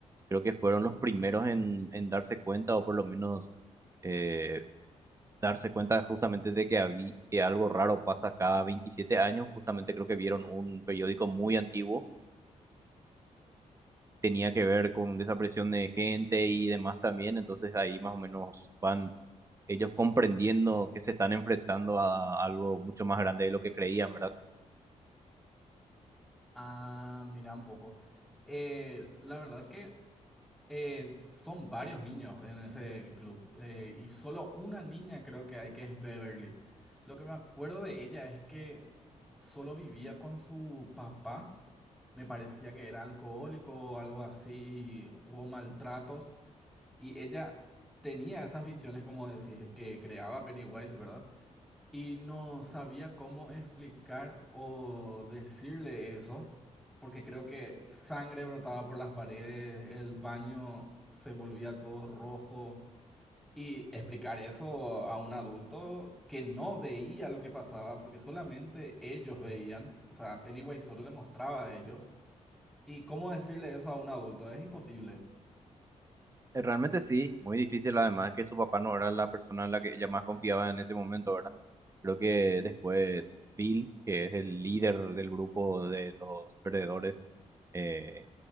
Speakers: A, on the right; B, in the centre.
A: Creo que fueron los primeros en, en darse cuenta, o por lo menos eh, darse cuenta justamente de que, habí- que algo raro pasa cada 27 años, justamente creo que vieron un periódico muy antiguo tenía que ver con desaparición de gente y demás también, entonces ahí más o menos van ellos comprendiendo que se están enfrentando a algo mucho más grande de lo que creían, ¿verdad?
B: Ah, mira un poco. Eh, la verdad que... Eh, son varios niños en ese club eh, y solo una niña creo que hay que es Beverly. Lo que me acuerdo de ella es que solo vivía con su papá, me parecía que era alcohólico o algo así, y hubo maltratos y ella tenía esas visiones como decís que creaba Pennywise, ¿verdad? Y no sabía cómo explicar o decirle eso, porque creo que sangre brotaba por las paredes, el baño se volvía todo rojo. Y explicar eso a un adulto que no veía lo que pasaba, porque solamente ellos veían, o sea, Pennywise solo le mostraba a ellos. ¿Y cómo decirle eso a un adulto? Es imposible.
A: Eh, Realmente sí, muy difícil además que su papá no era la persona en la que ella más confiaba en ese momento, ¿verdad? Creo que después Bill, que es el líder del grupo de los perdedores, eh,